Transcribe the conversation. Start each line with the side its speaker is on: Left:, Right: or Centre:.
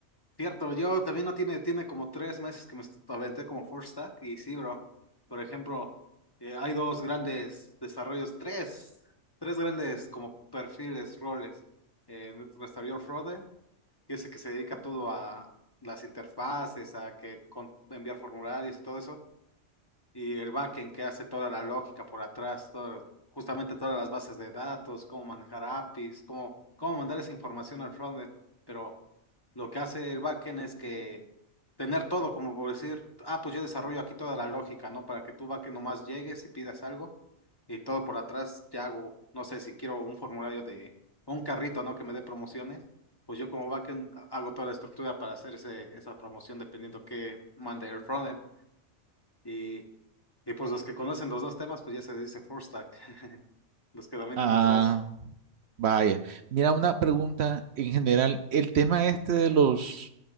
Left: Cierto, yo también no tiene, tiene como tres meses que me est- aventé como full stack y sí, bro. Por ejemplo, eh, hay dos grandes desarrollos, tres, tres grandes como perfiles, roles. Eh, desarrollador frontend que es el que se dedica todo a las interfaces, a que con- enviar formularios y todo eso. y el backend que hace toda la lógica por atrás, todo, justamente todas las bases de datos, cómo manejar APIs, cómo, cómo mandar esa información al frontend. Pero lo que hace el backend es que tener todo, como por decir, ah, pues yo desarrollo aquí toda la lógica, ¿no? Para que tú backend nomás llegues y pidas algo y todo por atrás ya hago, no sé, si quiero un formulario de o un carrito, ¿no? Que me dé promociones. Pues yo como backend hago toda la estructura para hacer ese- esa promoción dependiendo que mande el frontend. Y y pues los que conocen los dos temas, pues ya se dice full stack, <laughs> los que dominan
Right: Ah.
Left: los dos.
Right: Vaya, mira una pregunta en general. El tema este de los